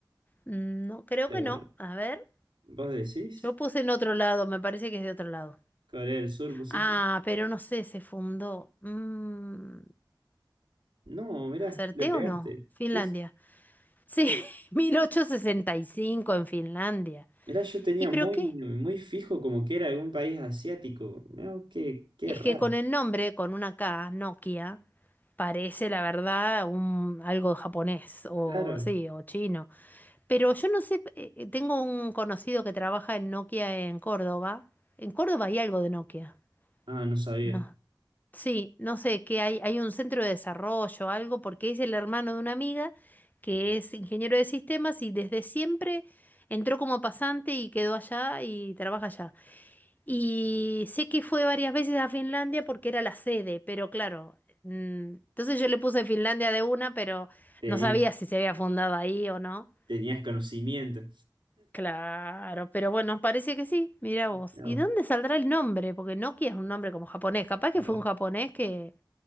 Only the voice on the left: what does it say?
Mm, No, creo
que
no. A ver.
Yo puse en otro lado, me parece que es de otro lado.
Ah, pero no sé, se fundó. Mm,
¿acerté
o no? Finlandia.
Sí, <laughs> 1865 en Finlandia.
¿Y pero
qué?
Es
que con el nombre, con una K, Nokia, parece la verdad un, algo japonés o
sí, o chino. Pero yo no sé, eh, eh, tengo un conocido que trabaja en Nokia en Córdoba. En Córdoba hay algo de Nokia.
No, Sí, no sé, que hay, hay un centro de desarrollo, algo, porque es el hermano de una amiga que es ingeniero de sistemas y desde siempre entró como pasante y quedó allá y trabaja allá. Y sé que fue varias veces a Finlandia porque era la sede, pero claro, mm, entonces yo le puse Finlandia de una, pero
no sabía si se había fundado ahí o no.
Claro, pero bueno, parece que sí, mira vos.
¿Y
dónde saldrá el nombre? Porque Nokia es un nombre como japonés, capaz que
fue un japonés que